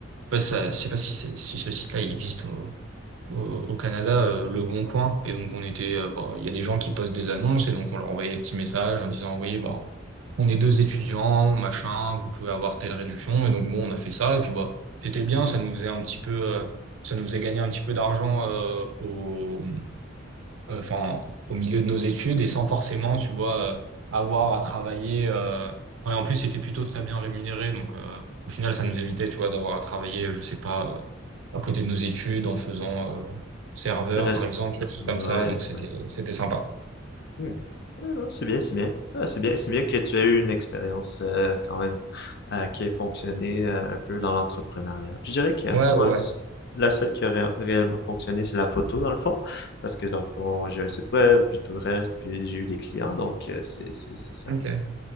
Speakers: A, on the right; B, on the left.
A: je sais pas si ça- je sais pas si, c'est- si ce site-là il existe au, au, au Canada, euh, Le Bon Coin, et donc on était, euh, bah, il y a des gens qui postent des annonces, et donc on leur envoyait des petits messages en disant, oui, bah, on est deux étudiants, machin, vous pouvez avoir telle réduction, et donc bon, on a fait ça, et puis bah, c'était bien, ça nous faisait un petit peu, euh, ça nous faisait gagner un petit peu d'argent euh, au euh, enfin, au milieu de nos études et sans forcément, tu vois, euh, avoir à travailler. euh, ouais, en plus, c'était plutôt très bien rémunéré, donc euh, au final, ça nous évitait, tu vois, d'avoir à travailler, je sais pas, euh, à côté de nos études en faisant euh, serveur,
B: Reste.
A: par exemple, choses
B: Ouais,
A: comme ça. Donc c'était
B: ouais.
A: c'était sympa.
B: Hmm. Ah non, c'est bien, c'est bien. Ah, c'est bien, c'est bien que tu aies eu une expérience euh, quand même euh, qui ait fonctionné euh, un peu dans l'entrepreneuriat. Je dirais que
A: Ouais,
B: moi,
A: ouais.
B: s- la seule qui a ré- réellement fonctionné, c'est la photo dans le fond, parce que dans le fond, j'ai un site web, puis tout le reste, puis j'ai eu des clients, donc euh, c'est c'est c'est ça.
A: Ok.